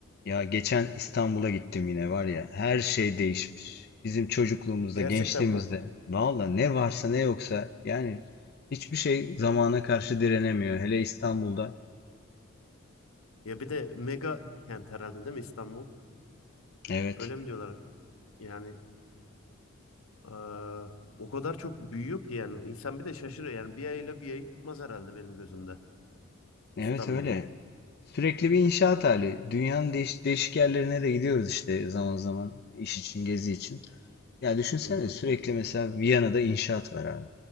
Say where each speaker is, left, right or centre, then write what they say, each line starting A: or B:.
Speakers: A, on the left (about 50°); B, on the left (about 85°).
A: Ya geçen İstanbul'a gittim yine var ya her şey değişmiş. Bizim çocukluğumuzda,
B: Gerçekten
A: gençliğimizde
B: mi?
A: valla ne varsa ne yoksa yani hiçbir şey zamana karşı direnemiyor. Hele İstanbul'da.
B: Ya bir de mega kent herhalde değil mi İstanbul?
A: Evet.
B: Öyle mi diyorlar? Yani eee, o kadar çok büyüyor ki yani insan bir de şaşırıyor. Yani bir ayıyla bir ayı tutmaz herhalde benim gözümde
A: Evet
B: İstanbul'un.
A: öyle. Sürekli bir inşaat hali. Dünyanın değiş değişik yerlerine de gidiyoruz işte zaman zaman iş için, gezi için. Ya düşünsene
B: Hı hı.
A: sürekli mesela Viyana'da inşaat var abi.